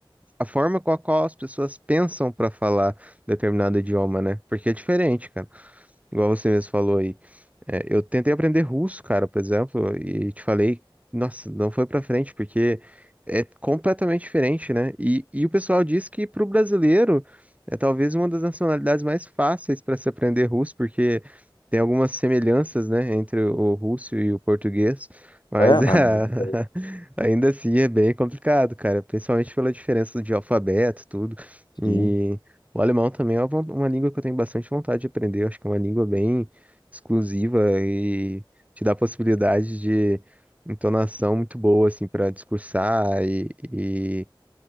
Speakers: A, on the right; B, on the left.
A: a forma com a qual as pessoas pensam para falar determinado idioma, né? Porque é diferente, cara. Igual você mesmo falou aí. É, eu tentei aprender russo, cara, por exemplo, e te falei, nossa, não foi pra frente, porque é completamente diferente, né? E, e o pessoal diz que pro brasileiro é talvez uma das nacionalidades mais fáceis para se aprender russo, porque tem algumas semelhanças, né, entre o russo e o português, mas
B: É, mas
A: <laughs> ah,
B: não tem ideia,
A: ainda assim é bem complicado, cara, principalmente pela diferença de alfabeto, tudo. E
B: sim.
A: o alemão também é uma, von- uma língua que eu tenho bastante vontade de aprender, eu acho que é uma língua bem exclusiva e te dá possibilidade de entonação muito boa, assim, para discursar e, e,